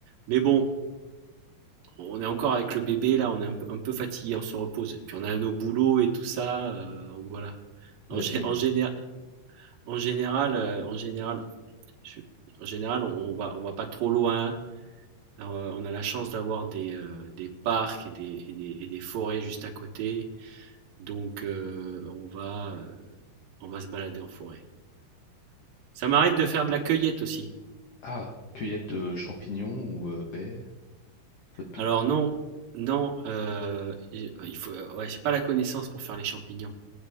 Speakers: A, on the right; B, on the left.
A: mais bon. On est encore avec le bébé, là, on est un peu, un peu fatigué, on se repose. Et puis on a nos boulots et tout ça, euh, donc voilà. En,
B: Ouais,
A: gé-
B: tu m'étonnes.
A: en général, En général, heu, en général, je en général, on on va on va pas trop loin. Alors, heu, on a la chance d'avoir des, heu, des parcs et des et des et des forêts juste à côté. Donc, heu, on va, heu, on va se balader en forêt. Ça m'arrive de faire de la cueillette aussi.
B: Ah, cueillette de champignons ou euh, baies, peu de tout.
A: Alors non, non, heu, et il faut ouais, j'ai pas la connaissance pour faire les champignons.